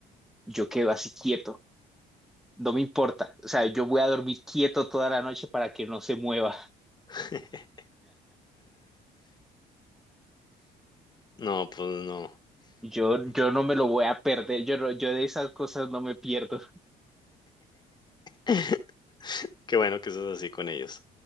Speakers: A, in the centre; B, on the left.
A: yo quedo así quieto, no me importa, o sea, yo voy a dormir quieto toda la noche para que no se mueva.
B: <laughs> No, pues no.
A: Yo, yo no me lo voy a perder, yo, no- yo de esas cosas no me pierdo.
B: <laughs> Qué bueno que sos así con ellos.